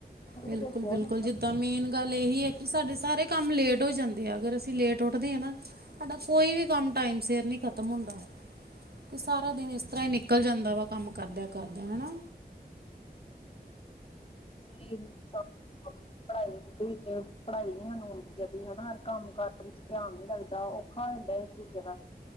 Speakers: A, on the right; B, on the left.
A: ਬਿਲਕੁਲ
B: ਫਿਰ ਬਹੁਤ
A: ਬਿਲਕੁਲ
B: ਨੁਕਸਾਨ
A: ਜਿੱਦਾਂ
B: ਹੁੰਦਾ
A: ਮੇਨ ਗੱਲ ਇਹੀ ਹੈ ਕਿ ਸਾਡੇ ਸਾਰੇ ਕੰਮ ਲੇਟ ਹੋ ਜਾਂਦੇ ਆ ਅਗਰ ਅਸੀਂ ਲੇਟ ਉੱਠਦੇ ਹਾਂ ਨਾ ਸਾਡਾ ਕੋਈ ਵੀ ਕੰਮ ਟਾਈਮ ਸਿਰ ਨਹੀਂ ਖਤਮ ਹੁੰਦਾ ਤੇ ਸਾਰਾ ਦਿਨ ਇਸ ਤਰ੍ਹਾਂ ਹੀ ਨਿਕਲ ਜਾਂਦਾ ਵਾ ਕੰਮ ਕਰਦਿਆਂ ਕਰਦਿਆਂ ਹਨਾ
B: ਸਰੀਰ ਆਪਣੀ ਪੜ੍ਹਾਈ ਦੇ ਵਿਚ <unintelligible> ਹਨਾ ਹ ਕੰਮ ਵਿੱਚ ਧਿਆਨ ਨੀ ਲੱਗਦਾ ਔਖਾ ਹੁੰਦਾ ਇਹ ਚੀਜ਼ਾਂ ਦਾ